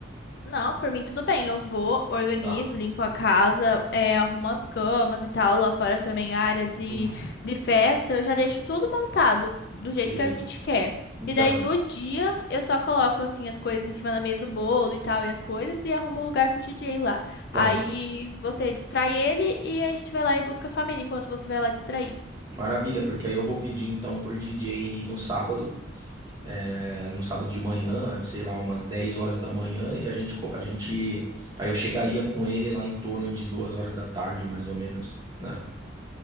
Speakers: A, on the left; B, on the right.
A: Não, por mim tudo bem. Eu vou, organizo,
B: Tá.
A: limpo a casa, é, arrumo as camas e tal. Lá fora também a área de,
B: Uhum.
A: de festa. Eu já deixo tudo montado do jeito
B: Beleza.
A: que a gente quer.
B: Então,
A: E daí no
B: aí-
A: dia eu só coloco assim as coisas em cima da mesa, o bolo e tal, e as coisas, e arrumo o lugar pro DJ lá.
B: tá.
A: Aí você distrai ele e a gente vai lá e busca a família enquanto você vai lá distrair.
B: Maravilha, porque aí eu vou pedir então pro DJ no sábado é, no sábado de manhã, sei lá, umas 10 horas da manhã, e a gente, co- a gente, aí eu chegaria com ele lá em torno de 2 horas da tarde, mais ou menos, né?